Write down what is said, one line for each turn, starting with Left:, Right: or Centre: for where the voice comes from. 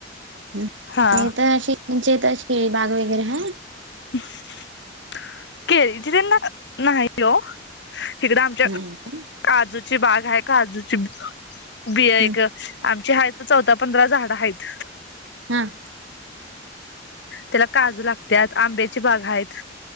Right: मग
Left: हा
Right: इथ शेती <inaudible> तथ अशी खेळी बाग वगैरे हम
Left: <unintelligible> <inaudible> केळीची देंड नाहीती ओ तिकडं आमच्या
Right: नाही काय?
Left: काजूची ची बाग आहे काजूची बिया एक
Right: हम्म
Left: आम चे आहेत चौदा पंधरा झाड आहेत
Right: हम
Left: त्याला काजू लागत्यात आंब्याची बाग आहेत